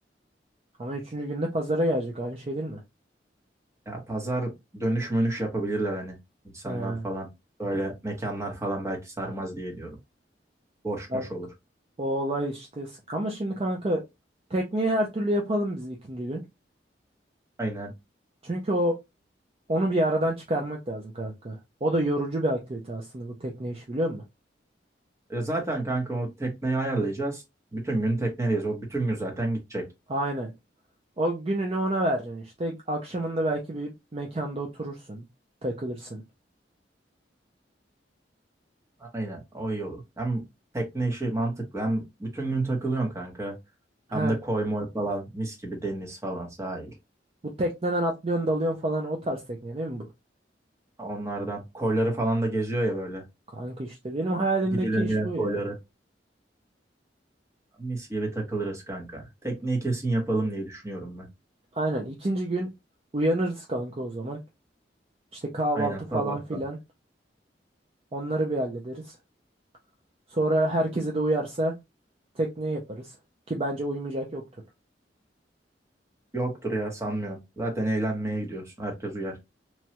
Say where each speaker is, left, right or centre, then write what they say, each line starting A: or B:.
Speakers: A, on the right; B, on the right.
A: ama üçüncü günde pazara gelecek aynı şey değil mi?
B: Ya pazar dönüş mönüş yapabilirler hani insanlar
A: He.
B: falan böyle mekanlar falan belki sarmaz diye diyorum. Boş
A: Ben-
B: boş olur.
A: o olay işte s- ama şimdi kanka tekniği her türlü yapalım biz ikinci gün.
B: Aynen.
A: Çünkü o onu bir aradan çıkarmak lazım kanka. O da yorucu bir aktivite aslında bu tekne işi biliyor musun?
B: E zaten kanka o tekneyi ayarlayacağız. Bütün gün teknedeyiz. O bütün gün zaten gidecek.
A: Aynen. O gününü ona vereceksin işte. Akşamında belki bir mekanda oturursun, takılırsın.
B: Aynen. O iyi olur. Hem tekne işi mantıklı hem bütün gün takılıyorsun kanka.
A: Ha,
B: Hem de koy moy falan mis gibi deniz falan sahil.
A: bu tekneden atlıyorsun, dalıyorsun falan o tarz tekne değil mi bu?
B: Onlardan koyları falan da geziyor ya böyle.
A: Kanka işte benim hayalimdeki
B: Gidilemeyen
A: iş bu ya.
B: koyları. Mis gibi takılırız kanka. Tekneyi kesin yapalım diye düşünüyorum ben.
A: Aynen ikinci gün uyanırız kanka o zaman. İşte kahvaltı
B: Aynen
A: falan
B: sabahta.
A: filan onları bir hallederiz. Sonra herkese de uyarsa tekne yaparız. Ki bence uymayacak yoktur.
B: Yoktur ya sanmıyorum. Zaten eğlenmeye gidiyoruz. Herkes uyar.